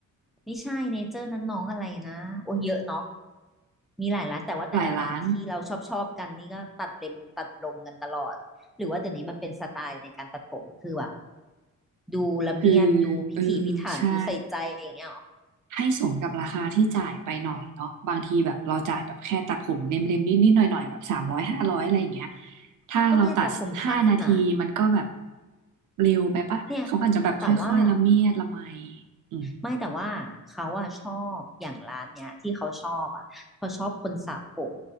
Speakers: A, in the centre; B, on the right.
A: ไม่ใช่เนเจอร์นั้นน้องอะไรนะโอ้ยเยอะเนาะมีหลายร้านแต่ว่าแต่ละร้านที่เราชอบชอบกันนี่ก็ตัดเล็มตัดลมกันตลอดหรือว่าเดี๋ยวนี้มันเป็นสไตล์ในการตัดผมคือแบบ
B: หลายร้าน
A: ดูละเมียดดูพิถีพิถันดูใส่ใจอย่างเงี้ยหรอ
B: คือเออใช่ให้สมกับราคาที่จ่ายไปหน่อยเนาะบางทีแบบเราจ่ายแบบแค่ตัดผมเล็มๆนิดๆหน่อยๆแบบสามร้อยห้าร้อยอะไรอย่างเงี้ยถ้าเราตัดห้านาทีมันก็แบบ
A: ก็เนี่ยตัดผมสั้นอ่ะ
B: เร็วไปปะเขาอาจจะแบบค่อยๆละเมียดละไม
A: เนี่ยแต่ว่า
B: อืม
A: ไม่แต่ว่าเขาอะชอบอย่างร้านเนี้ยที่เขาชอบอะเขาชอบคนสระผม